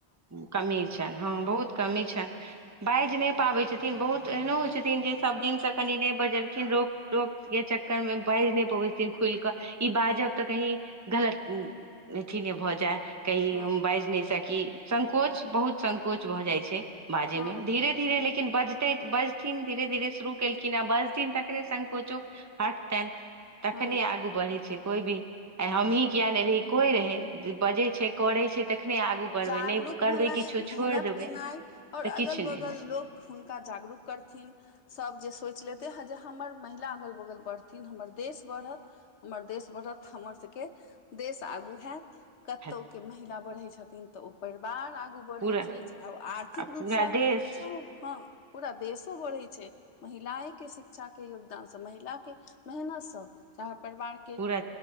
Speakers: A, on the right; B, on the left.
A: कमी छनि हँ बहुत कमी छनि बाजि नहि पाबै छथिन बहुत एहनो होइ छथिन जे सभ दिन से कनि नहि बजलखिन रोप टोप के चक्कर मे बाजि नहि पबैतथिन खुलि कऽ ई बाजब
B: हँ
A: तऽ कही गलत अथी ने भऽ जाय की
B: हँ
A: हम बाजि नहि सकी संकोच बहुत संकोच भऽ जाय छै बाजै
B: हँ
A: मे धीरे धीरे लेकिन बजते बजथिन धीरे धीरे शुरू केलखिन हें बजथिन तकरे संकोचो हटतनि तखनि
B: हँ
A: आगू बढ़ै छै कोइ भी आइ हमहीँ किया नहि रही कोई रहै बजै छै करै छै तखने आगू बढ़बै
B: जागरूक
A: नहि
B: भेनाइ
A: करबै किछो
B: मेहनत
A: छोड़ि देबै
B: केनाइ आओर
A: तऽ
B: अगल
A: किछु
B: बगल
A: नहि हैत
B: लोक हुनका जागरूक करथिन सभ जे सोचि लेतै हेँ जे हमर महिला अगल बगल बढ़थिन हमर देश बढ़त हमर देश बढ़त हमर सभके देश आगू हैत कतहु
A: हैत।
B: के महिला बढ़ै छथिन तऽ ओ परिवार आगू बढ़ै
A: पूरा
B: छै चाहे ओ आर्थिक
A: आ
B: रूपसँ
A: पूरा देश
B: चाहे ओ हँ पूरा देशो बढ़ै छै महिलाए के शिक्षा के योगदान से महिला के मेहनत से चाहे परिवार
A: पूरा